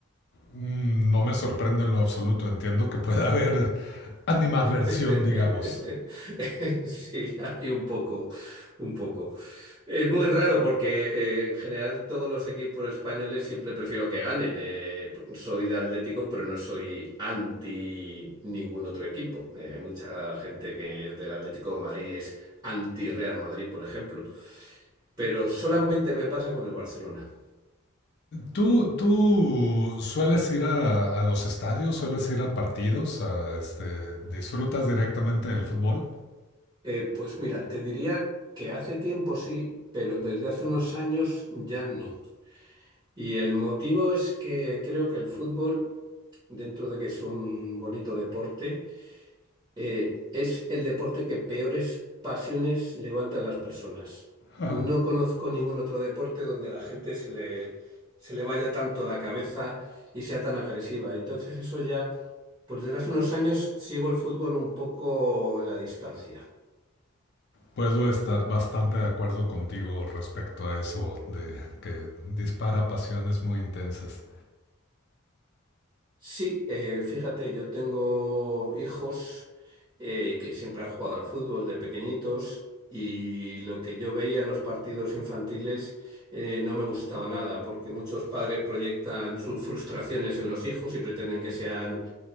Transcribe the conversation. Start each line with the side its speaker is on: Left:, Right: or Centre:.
Left: Mm, no me sorprende en lo absoluto, entiendo que pueda <laughs> haber animadversión,
Right: <laughs>
Left: digamos.
Right: Sí, hay un poco, un poco. Es muy raro porque eh, en general todos los equipos españoles siempre prefiero que ganen. Eh, soy de Atlético, pero no soy anti ningún otro equipo. Eh, hay mucha gente que es del Atlético de Madrid y es anti Real Madrid, por ejemplo. Pero solamente me pasa con el Barcelona.
Left: ¿Tú, tú sueles ir a, a, los estadios, sueles ir a partidos, a, este, disfrutas directamente del fútbol?
Right: Eh, pues mira, te diría que hace tiempo sí, pero desde hace unos años ya no. Y el motivo es que creo que el fútbol, dentro de que es un bonito deporte, eh, es el deporte que peores pasiones levanta en las personas.
Left: Ajá.
Right: No conozco ningún otro deporte donde la gente se le, se le vaya tanto la cabeza y sea tan agresiva. Y Entonces eso ya, pues desde hace unos años sigo el fútbol un poco en la distancia.
Left: Puedo estar bastante de acuerdo contigo respecto a eso de que dispara pasiones muy intensas.
Right: Sí, eh, fíjate, yo tengo hijos eh, que siempre han jugado al fútbol de pequeñitos y lo que yo veía en los partidos infantiles eh, no me gustaba nada, porque muchos padres proyectan sus frustraciones en los hijos y pretenden que sean